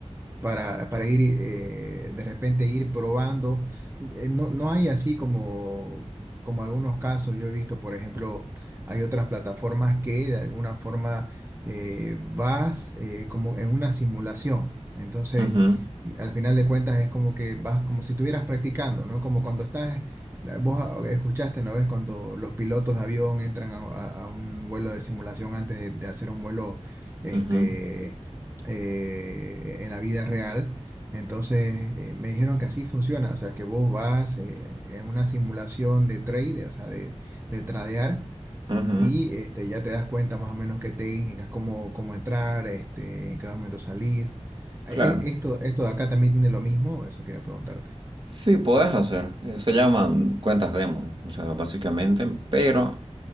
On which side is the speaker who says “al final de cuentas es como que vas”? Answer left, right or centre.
Right